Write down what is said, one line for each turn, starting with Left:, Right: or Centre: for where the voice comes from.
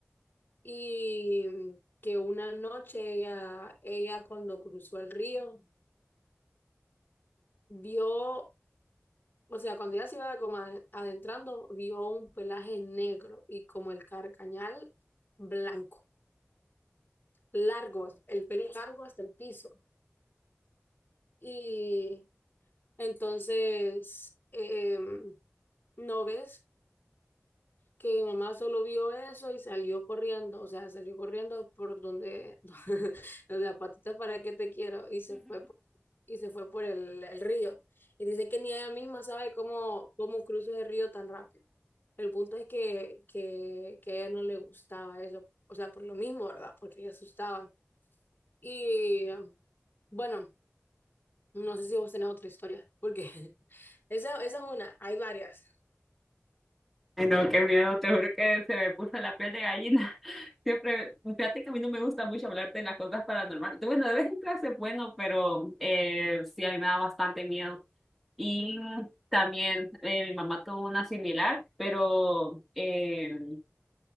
Left: Y mm, que una noche ella, ella cuando cruzó el río, vio, o sea, cuando ella se iba como ade- adentrando, vio un pelaje negro y como el carcañal blanco, largo, el pelo largo hasta el piso. Y entonces, em, ¿no ves? que mi mamá solo vio eso y salió corriendo, o sea, salió corriendo por donde, <laughs> o sea, patitas para que te quiero, y se fue por, y se fue por el, el río. Y dice que ni ella misma sabe cómo, cómo cruza el río tan rápido. El punto es que, que, que a ella no le gustaba eso, o sea, por lo mismo, ¿verdad? Porque le asustaban. Y bueno, no sé si vos tenés otra historia, porque <laughs> esa, esa es una, hay varias.
Centre: Ay, no, qué miedo, te juro que se me puso la piel de gallina. <laughs> Siempre, fíjate que a mí no me gusta mucho hablar de las cosas paranormales. Tú, Bueno, de vez en clase es bueno, pero eh, sí, a mí me da bastante miedo. Y también eh, mi mamá tuvo una similar, pero eh,